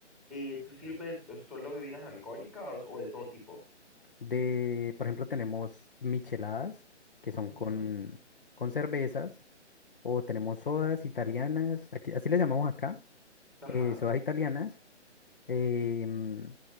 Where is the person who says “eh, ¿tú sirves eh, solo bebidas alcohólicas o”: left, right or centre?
Centre